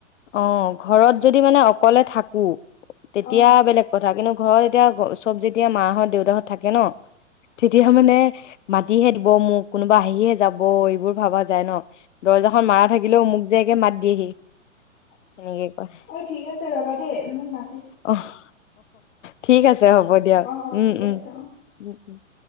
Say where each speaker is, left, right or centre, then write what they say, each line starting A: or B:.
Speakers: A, on the left; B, on the left.
A: অ' ঘৰত যদি মানে অকলে থাক <unintelligible> তেতিয়া
B: অ
A: বেলেগ কথা, কিন্তু ঘৰত এতিয়া ঘ চব যেতিয়া মাহঁত-দেউতাহঁত থাকে ন, তেতিয়া মানে মাতিহে দিব মোক কোনোবা আহিহে যাব এইবোৰ ভাবা যায় ন? দৰ্জাখন মাৰা থাকিলেও মোক যে একে মাত দিয়েহি। সেনেকে কয়
B: ঐ ঠিক আছে ৰ'বা দেই, মোক মাত
A: অ', ঠিক আছে হ'ব দিয়া
B: অ অ
A: উম,
B: ঠিক
A: উম।
B: আছে অ
A: <unintelligible>